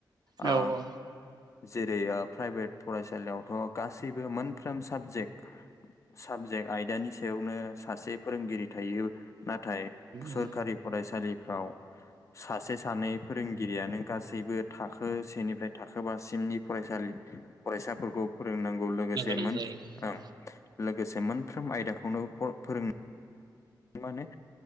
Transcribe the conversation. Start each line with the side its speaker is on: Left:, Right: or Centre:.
Right: औ
Left: ओ जेरै प्राइभेट फरायसालियावथ' गासैबो मोन फ्रोम साबजेक्ट साबजेक्ट आयदानि सायावनो सासे फोरोंगिरि थायो नाथाय सोरखारि
Right: उम
Left: फरायसालिफ्राव सासे सानै फोरोंगिरियानो गासैबो थाखो सेनिफ्राय थाखो बासिमनि फरायसालि फरायसाफोरखौ फोरोंनांगौ लोगोसे
Right: फोरोंनो गोनां जायो
Left: ओम
Right: औ
Left: लोगोसे मोनफ्रोम आयदाखौनो फ फोरों माने